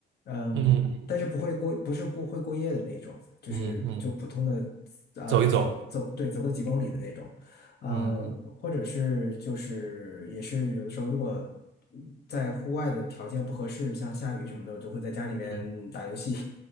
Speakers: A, on the left; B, on the right.
A: 嗯，
B: <laughs> 嗯
A: 但是不会过，不是过会过夜的那种，就是就普通的，
B: 嗯嗯，
A: 呃，
B: 走一走，
A: 走走，对，走个几公里的那种，嗯，
B: 嗯嗯
A: 或者是就是也是有的时候如果在户外的条件不合适，像下雨什么的，我就会在家里面打游戏，
B: 嗯，